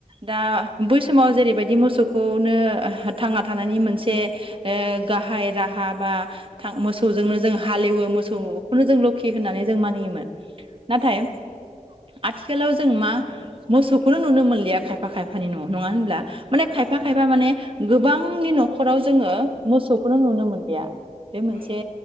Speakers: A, on the right (about 40°); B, on the left (about 85°).
A: दा बै समाव जेरैबायदि मोसौखौनो थांना थानायनि मोनसे
B: उम
A: गाहाय राहा बा थां मोसौजोंनो जों हालेवो मोसौखौनो जों लोखि होननानै जों मानियोमोन नाथाय
B: उम
A: आथिखालाव जों मा मोसौखौनो नुनो मोनलिया खायफा खायफा खायफानि नआव नङा होनब्ला माने
B: नंगौ
A: खायफा खायफा
B: नंगौ
A: माने गोबांनि न नखराव जोङो मोसौखौनो नुनो मोनलिया बे मोनसे
B: औ